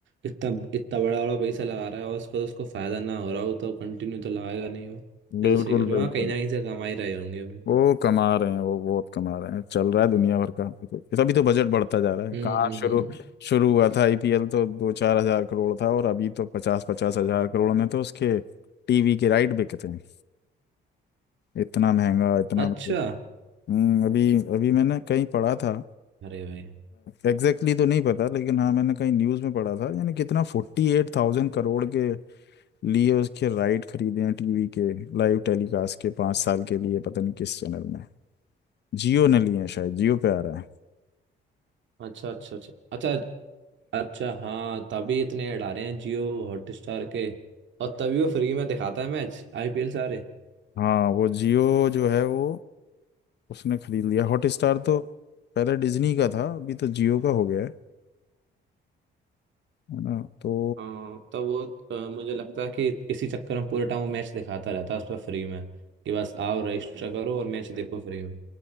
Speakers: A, on the right; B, on the left.
A: इतना इतना बड़ा बड़ा पैसा लगा रहा है और उसको तो उसको फायदा ना हो रहा हो तो कंटिन्यू तो लगाएगा नहीं वो ये
B: बिल्कुल
A: तो सही कह रहे
B: बिल्कुल
A: हो हाँ कहीं ना कहीं से कमा ही रहे होंगे वो
B: वो कमा रहे हैं वो बहुत कमा रहे हैं चल रहा है दुनिया भर का तभी तो बजट बढ़ता जा रहा है
A: हम्म
B: कहाँ
A: हम्म
B: शुरू
A: हम्म।
B: शुरू हुआ था आईपीएल तो दो चार हजार करोड़ था और अभी तो पचास पचास हजार करोड़ में तो उसके टीवी के राइट बिकते हैं इतना महंगा इतना
A: अच्छा
B: बजट हम्म अभी अभी मैंने कहीं पढ़ा था
A: अरे भाई
B: एग्जैक्टली तो नहीं पता लेकिन हाँ मैंने कहीं न्यूज़ में पढ़ा था यानी कितना फोर्टी एट थाउजेंड करोड़ के लिए उसके राइट खरीदे हैं टीवी के लाइव टेलीकास्ट के पाँच साल के लिए पता नहीं किस चैनल में जियो ने लिए हैं शायद जियो पे आ रहा है
A: अच्छा अच्छा अच्छा अच्छा अच्छा हाँ तभी इतने ऐड आ रहे हैं जियो हॉटस्टार के और तभी वो फ्री में दिखाता है मैच आईपीएल सारे
B: हाँ वो जियो जो है वो उसने खरीद लिया हॉटस्टार तो पहले डिज्नी का था अभी तो जियो का हो गया है है ना तो
A: हाँ तो वो अ, मुझे लगता है कि इसी चक्कर में पूरे टाइम वो मैच दिखाता रहता है उस पर फ्री में कि बस आओ रजिस्टर करो और मैच देखो फ्री में